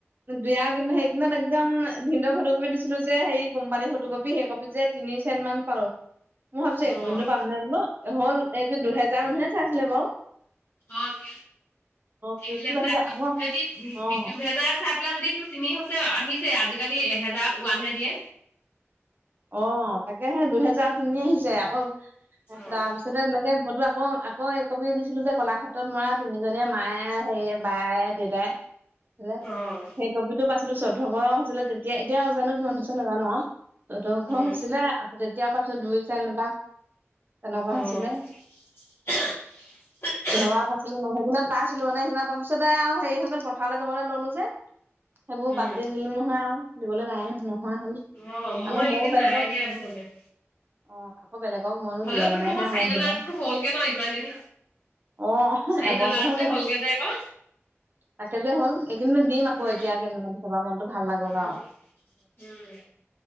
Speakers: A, on the right; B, on the left.
A: দিয়াক কিন্তু সেইকিনি দিনত একদম ভিনদেউ ফটোকপি দিছিলো যে সেই কোম্পানী ফটোকপি সেই কপিত যে তিনি চেন মান পালো, মই ভাবিছোঁ
B: অ',
A: এ কপিটনো পামনে বোলো হ'ল এই যে দুহেজাৰ মানুহে চাইছিলে বাও
B: অ ভিওছ
A: ভিউজটো
B: আহিলে মানে
A: পাইছিলে আকৌ
B: উ
A: অ
B: কি দুহেজাৰ <unintelligible> চাই পেলাই যদি তোৰ তিনি হৈছে আহিছে আজিকালি এহেজাৰত ওৱানহে দিয়ে।
A: অ তাকে সে দুহেজাৰ তিনি আহিছে আকৌ
B: অ',
A: তাৰপিছ পাছতে তেনেকে ফটো আকৌ আকৌ একপি দিছিলো যে কলাক্ষেত্ৰত মৰা তিনিজনীয়ে মায়ে সেইয়ে বায়ে দেউ তাই ছিলে
B: অ',
A: সেই কপিটো পাইছিলো চৈধ্যশ হৈছিলে তেতিয়া এতিয়া জানো কিমান হৈছে নাজানো আৱ চৈধ্যশ
B: উম,
A: হৈছিলে আকৌ তেতিয়াৰ পৰাচোন দুই চেন এটা তেনেকুৱা
B: অ',
A: হৈছিলে।
B: <unintelligible>
A: কিহবা পাইছিলো মই সেইদিনা পাইছিলো মানে সেইদিনা তাৰ পিছতে আৱ হেৰী হৈ গ'ল পথাৰলে যাবলে ল'লো যে সেইবোৰ
B: উম,
A: বাদ দি দিলো নহয় আৱ দিবলে নায়ে নোহোৱা হ'ল।
B: অ', মই
A: আকৌ মও
B: এইদিন
A: বেলেগত
B: নাই দিয়া
A: অহ,
B: বহুত দিন
A: অ। আকৌ বেলেগক ময়ো
B: হ'লেওতো
A: দিলে মানেহে
B: তোৰ আকৌ চাৰি
A: মোক
B: ডলাৰতো
A: দিব।
B: হ'লগে ন ইমান দিন
A: অ,
B: চাৰি
A: এবছৰ
B: ডলাৰতে
A: হৈ গ'ল
B: হ'লগে
A: অ।
B: যে আকৌ
A: তাকে যে হ'ল এইকেইদিনত দিম আকৌ
B: উম,
A: এতিয়া কেইদিনমান পিছ পা মনটো ভাল লাগক
B: উম,
A: আৱ।
B: উম,